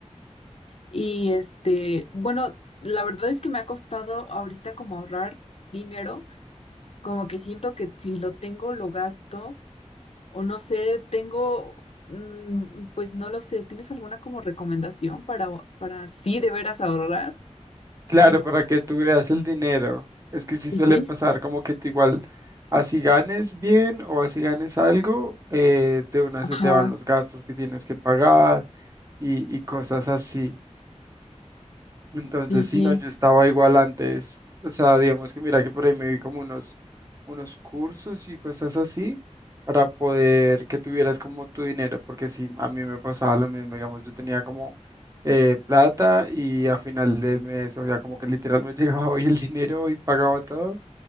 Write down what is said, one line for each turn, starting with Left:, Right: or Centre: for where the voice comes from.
Left: Y este, bueno, la verdad es que me ha costado ahorita como ahorrar dinero, como que siento que si lo tengo lo gasto o no sé, tengo, mm, pues no lo sé, ¿tienes alguna como recomendación para, para sí de veras ahorrar?
Right: Claro,
Left: Como,
Right: para que tú veas el dinero. Es que sí
Left: sí,
Right: suele
Left: sí.
Right: pasar como que tú igual, así ganes bien o así ganes algo, eh, de una
Left: Ajá,
Right: se te van los gastos que tienes que pagar y, y cosas así. Entonces,
Left: sí, sí.
Right: si no, yo estaba igual antes. O sea, digamos que mira que por ahí me vi como unos, unos cursos y cosas así para poder que tuvieras como tu dinero, porque si a mí me pasaba lo mismo, digamos, yo tenía como eh, plata y a final del mes, o sea, como que literal me <laughs> llegaba hoy el dinero y pagaba todo